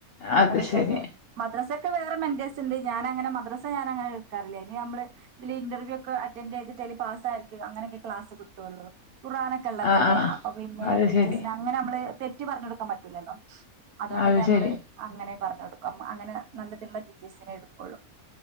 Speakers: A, on the left; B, on the right.
A: അത്
B: മദ്രസ
A: ശരി
B: ഉണ്ട് മദ്രസ ക്കേ വേറെ മെൻഡേഴ്‌സ്ണ്ട് ഞാനങ്ങന മദ്രാ സഞാനഅങ്ങനെ എടുക്കാറില്ലയിനി നമ്മള് ഇതിൽ ഇന്റർവ്യൂക്കെ അറ്റൻറ് ചെയ്ത് ലി പാസ് ആയിരിക്ക്ക അങ്ങനെയൊക്കെ ക്ലാസ് കിട്ടുള്ളു ഖുറാനൊക്കെ ഇള്ളതല്ലേ
A: ആഹ് ആഹ്
B: അപ്പൊ പിന്നെ
A: അത്
B: ടീച്ചേഴ്സിന്
A: ശരി
B: അങ്ങനെ നമ്മള് തെറ്റി പറഞ്ഞൊടുക്കാൻ പറ്റൂലല്ലോ അതുകൊണ്ടന്നെ
A: അത്
B: നമ്മള്
A: ശരി
B: അങ്ങനെ പറഞ്ഞ് കൊടുക്കാൻ അങ്ങനെ നല്ലതുള്ള ടിച്ചേസിനെ എടുക്കുള്ളൂ